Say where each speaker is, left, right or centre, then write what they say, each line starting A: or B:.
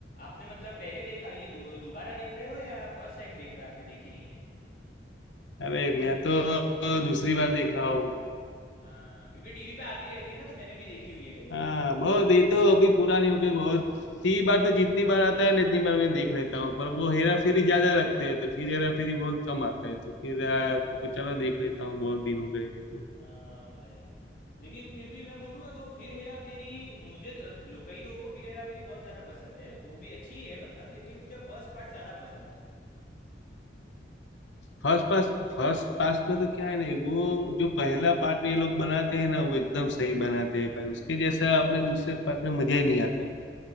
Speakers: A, on the left; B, on the left.
A: आपने मतलब पहले देखा ये दो- दोबारा देख रहे हो या फर्स्ट टाइम देख रहे हो आपने देखी नहीं है
B: अरे मैं तो दूसरी बार देख रहा हूँ
A: हाँ क्योंकि टीवी पे आती रहती है ना तो मैंने भी देखी हुई है कई
B: हाँ
A: बार
B: बहुत ये तो अभी पूरा नहीं हो गई बहुत तीन बार तो जितनी बार आता है ना इतनी बार मैं देख लेता हूँ पर वो हेरा फेरी ज्यादा रखते हैं तो फिर हेरा फेरी बहुत कम आता है तो फिर यार तो चलो देख लेता हूँ बहुत दिन हो गए हैं तो
A: हाँ भाई लेकिन फिर भी मैं बोलूँ ना तो फिर हेरा फेरी मुझे अ, लो, कई लोगों को फिर हेरा फेरी बहुत ज़्यादा पसंद है वो भी अच्छी है मतलब लेकिन मुझे फर्स्ट पार्ट ज़्यादा पसंद था
B: फर्स्ट पास फर्स्ट पास में तो क्या है नहीं वो जो पहला पार्ट ये लोग बनाते हैं ना वो एकदम सही बनाते हैं भाई उसके जैसा आपने दूसरे पार्ट में मजा ही नहीं आता है